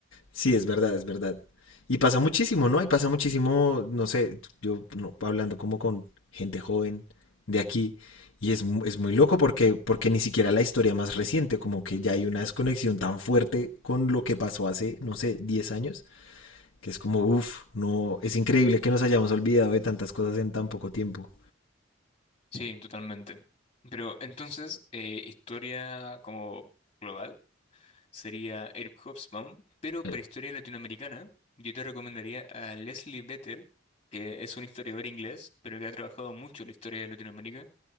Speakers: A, on the left; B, on the left.
A: sí, es verdad, es verdad. Y pasa muchísimo, ¿no? Y pasa muchísimo, no sé, yo no, hablando como con gente joven de aquí, y es, mu- es, muy loco porque, porque ni siquiera la historia más reciente, como que ya hay una desconexión tan fuerte con lo que pasó hace, no sé, 10 años, que es como, uff, no, es increíble que nos hayamos olvidado de tantas cosas en tan poco tiempo.
B: Sí, totalmente. Pero entonces, eh, historia como global sería Eric Hobsbawm, pero
A: Eh,
B: para historia latinoamericana, yo te recomendaría a Leslie Bethel, que es un historiador inglés, pero que ha trabajado mucho la historia de Latinoamérica.